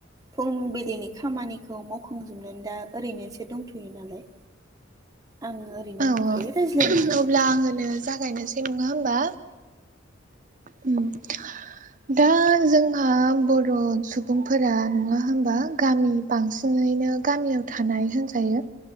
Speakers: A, on the right (about 20°); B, on the right (about 40°).
A: फुंबिलिनि खामानिखौ मावखांजुबनानै दा ओरैनोसो दंथ'यो नालाय आङो ओरैनो
B: औ
A: दंखायो
B: औ
A: रायज्लायनो हागोन।
B: अब्ला आङोनो जागायनोसै नङा होमबा उम दा जों हा बर' सुबुंफोरा नङा होमबा गामि बांसिनैनो गामियाव थानाय होनजायो